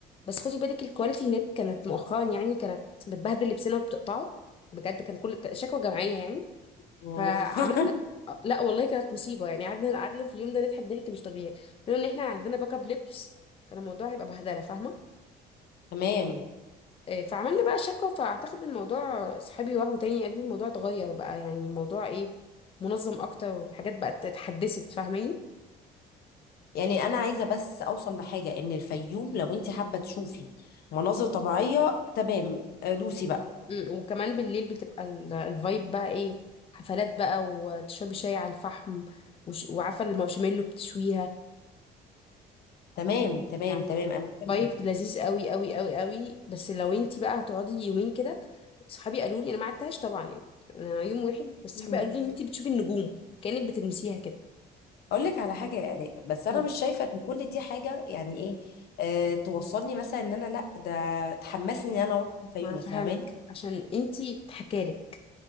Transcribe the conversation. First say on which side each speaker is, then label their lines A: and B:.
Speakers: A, on the left; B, on the left.
A: بس خدي بالك الكواليتي هناك كانت مؤخرا يعني كانت بتبهدل لبسنا وبتقطعه بجد كان كل شكوى جماعية يعني
B: <laughs>
A: فعملنا لا والله كانت مصيبة يعني قعدنا قعدنا في اليوم ده نضحك ضحك مش طبيعي لأن احنا عندنا باك اب لبس كان الموضوع هيبقى بهدلة فاهمة
B: تمام
A: إيه، فعملنا بقى شكوى فأعتقد الموضوع صحابي راحوا تاني قال لي الموضوع اتغير بقى يعني الموضوع ايه منظم أكتر والحاجات بقت اتحدثت فاهماني
B: يعني انا عايزه بس اوصل لحاجه ان الفيوم لو انت حابه تشوفي مناظر طبيعيه تمام آه، دوسي بقى
A: مم، وكمان بالليل بتبقى ال- الفايب بقى ايه حفلات بقى وتشربي شاي على الفحم وش- وعارفه المارشميلو بتشويها
B: تمام تمام
A: يعني
B: تمام انا فهمتك
A: فايب لذيذ قوي قوي قوي قوي بس لو انتي بقى هتقعدي يومين كده صحابي قالوا لي انا ما قعدتهاش طبعا يعني انا يوم واحد بس
B: مم.
A: صحابي قالوا لي ان انتي بتشوفي النجوم كأنك بتلمسيها كده
B: اقول لك على حاجه يا اراء بس انا
A: مم،
B: مش شايفه ان كل دي حاجه يعني ايه آه توصلني مثلا ان انا لا ده تحمسني ان انا اروح الفيوم
A: ما فهمك
B: فاهماني
A: عشان انتي اتحكالك